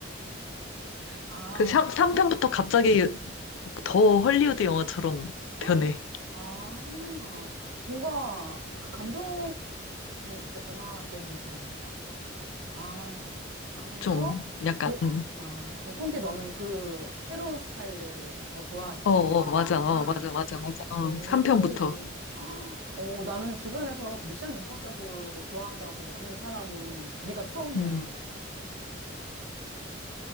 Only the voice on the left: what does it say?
그 3편부터
갑자기 더 헐리우드 영화처럼
변해.
좀 약간,
음.
어, 어,
맞아,
어, 맞아, 맞아, 맞아. 어,
3편부터.
음.